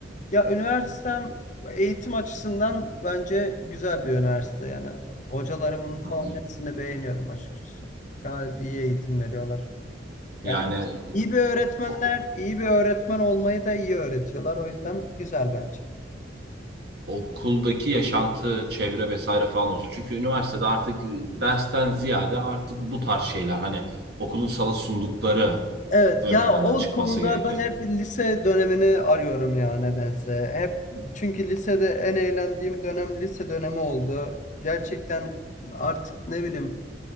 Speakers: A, on the left (about 40°); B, on the right (about 60°).
A: Ya üniversitem eğitim açısından bence güzel bir üniversite. Yani hocalarımın falan
B: Hı hı.
A: hepsini beğeniyorum açıkçası. Gayet iyi eğitim veriyorlar. Yani
B: Yani
A: iyi bir öğretmenler,
B: o-
A: iyi bir öğretmen olmayı da iyi öğretiyorlar. O yüzden güzel bence.
B: okuldaki yaşantı, çevre vesaire falan olsun. Çünkü üniversitede artık dersten ziyade artık bu tarz şeyler hani okulun sana sundukları
A: Evet
B: ön
A: ya
B: plana
A: o
B: çıkması
A: konuda
B: gerekiyor.
A: ben hep lise dönemini arıyorum ya nedense. Hep çünkü lisede en eğlendiğim dönem lise dönemi oldu. Gerçekten artık ne bileyim